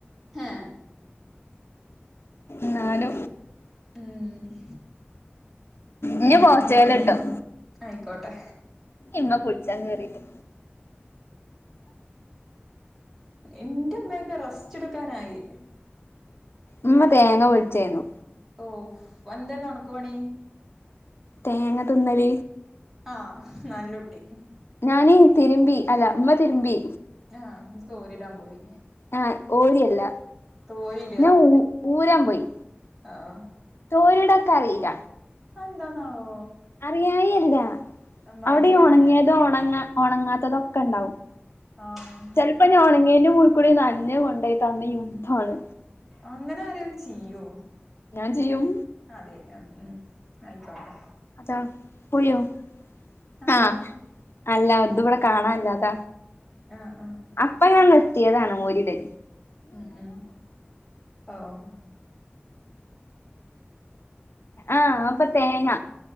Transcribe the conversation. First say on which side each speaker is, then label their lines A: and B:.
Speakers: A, in the centre; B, on the left.
A: ഹെ
B: ന്നാനു
A: മ്മ്.
B: ഇനി പോർച്ചുഗൽ കിട്ടും.
A: ആയിക്കോട്ടെ
B: ഇമ്മ കുളിചാൻ കേറിട്ടു
A: എന്റെമ്മയൊക്കെ റെസ്റ്റെടുക്കാനായി.
B: ഉമ്മ തേങ്ങ പൊളിച്ചെന്നു.
A: ഓ വന്തേ നണക്ക് പണി.
B: തേങ്ങ തിന്നൽ.
A: ആഹ നല്ലുട്ടി.
B: ഞാന് തിരുമ്പി അല്ല ഉമ്മ തിരുമ്പി.
A: ആഹ് എ തോരിടാൻ പോയി.
B: ആഹ ഓരിയല്ല
A: തോരിയിടുക
B: ഞാൻ ഊ ഊരാൻ പോയി.
A: ആഹ്
B: തോരേഇടാൻ എക്ക് അറിയില്ല.
A: അന്താ നാവോ.
B: അറിയായില്ല
A: മടിയാണ്
B: അവിടെ ഈ ഉണങ്ങിയതും ഉണങ്ങ ഉണങ്ങാത്തതോ ഒക്കെ ഉണ്ടാവും.
A: ആഹ്
B: ചിലപ്പോ ഞ ഉണങ്ങേന്റെ മോളി കൂടി നഞ്ഞ കൊണ്ടയിട്ട അന്നു യുദ്ധാണ്.
A: അങ്ങനെ ആരെേങ്കിലും ചെയ്യോ
B: ഞാൻ ചെയ്യും.
A: അതെ അം ഉം ആയിക്കോട്ടെ
B: താപോയോആഹ്
A: ആര്
B: അല്ലതിവ്ടെ കാണാല്ലാത്ത
A: ആഹ് ആഹ്
B: അപ്പഞാൻ നിർത്തിയതാണ് മൊരിടല്
A: ഉം ഉം ഓ ഓ
B: ആഹ്
A: അങ്ങനെയൊക്കെ
B: അപ്പ തേങ്ങ